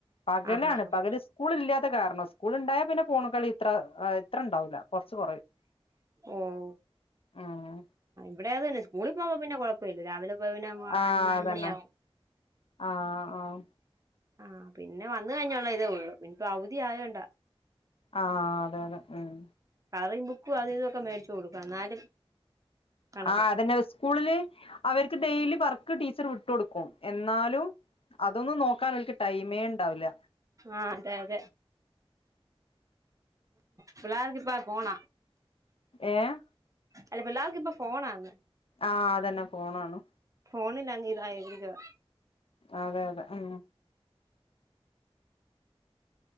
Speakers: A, on the left; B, on the right.
A: പകലാണ്
B: ആഹ് ആഹ് ആഹ്
A: പകല് സ്കൂളില്ലാത്ത കാരണം സ്കൂൾ ഉണ്ടായാൽ പിന്നെ ഫോണി കളി ഇത്ര ഇത്രണ്ടാവൂല കൊറച്ച് കൊറയും
B: ഓഹ്
A: ആഹ്
B: ഇവിടെ അതന്നെ സ്കൂളി പോകുമ്പൊ പിന്നെ കൊഴപ്പഇല്ല രാവിലെ പ്പൊ പിന്നെ
A: ആഹ്
B: നാല്
A: അതന്നെ
B: മണിയാകും.
A: ആഹ് ആഹ്
B: ആഹ് പിന്നെ വന്ന് കഴിഞ്ഞുള്ള ഇതേ ഉള്ളൂ ഇപ്പൊ അവധി ആയോ ണ്ടാ
A: ആഹ് അതെ തെ ഉം
B: കളറിംഗ് ബുക്കും അത് ഇതൊക്കെ മേടിച്ച് കൊടുക്കും എന്നാലും കണക്കാ
A: ആഹ് അതന്നെ സ്കൂളില് അവർക്ക് ഡെയിലി വർക്ക് ടീച്ചർ വിട്ട് കൊടുക്കും എന്നാലും അതൊന്നും നോക്കാനോൽക്ക് ടൈമേ ണ്ടാവില്ല.
B: ആഹ് അതെ അതെ പിള്ളേർക്കിപ്പൊ ഫോണ
A: ഏഹ്
B: അല്ല പിള്ളേർക്ക് ഇപ്പൊ ഫോണാ ന്ന്.
A: ആഹ് അതന്നെ ഫോണാണ്.
B: ഫോണിലങ്‌ ഇതായിരിക്കുവാ
A: അതെ അതെ ഉം